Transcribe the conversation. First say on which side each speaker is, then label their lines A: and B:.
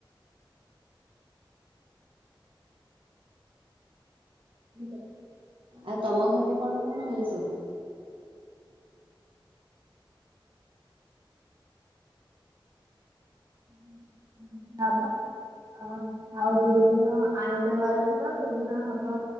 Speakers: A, on the right (about 40°); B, on the right (about 85°).
A: <inaudible>
B: ଆଉ ତମ ଘରେ କଣ କଣ ହୁଏ ସବୁ?
A: <unintelligible> ହୁଁ <unintelligible> ଆ ଆଉ ଯୋଉଦିନ ହ ଆଇଁଷ ବାର ଥିବ ସେଇଦିନ ହବ